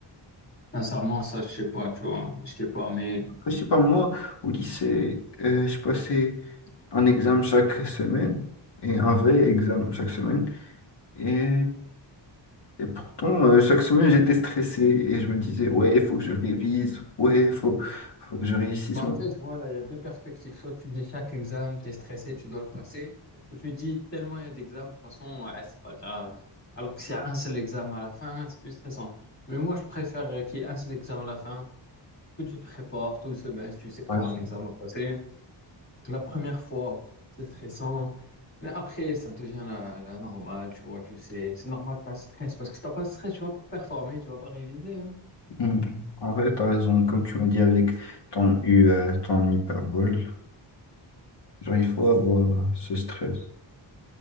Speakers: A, on the left (about 35°); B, on the left (about 65°).
A: Sincèrement, ça, je sais pas, tu vois. Je sais pas, mais...
B: Je sais pas, moi, au lycée, euh, je passais un examen chaque semaine et un vrai examen chaque semaine. Et Et pourtant, euh, chaque semaine, j'étais stressé et je me disais, ouais, il faut que je révise, ouais, il faut, faut que je réussisse.
A: Bah,
B: mon-
A: en fait, voilà, il y a deux perspectives. Soit tu dis chaque examen, t'es stressé, tu dois le passer. Ou tu dis tellement il y a d'examens, de toute façon, ouais, c'est pas grave. Alors que s'il y a un seul examen à la fin, c'est plus stressant. Mais moi, je préfère euh, qu'il y ait un seul examen à la fin, que tu te prépares tout le semestre, tu sais que
B: Ouais,
A: tu auras
B: c'est-
A: un examen à passer. La première fois, c'est stressant. Mais après, ça devient la, la normale, tu vois, tu sais. C'est normal, t'as le stress. Parce que si t'as pas de stress, tu vas pas performer, tu vas pas réviser. hein.
B: Mm. En vrai, t'as raison, comme tu m'as dit avec ton, U, euh, ton hyperbole, genre, il faut avoir euh, ce stress.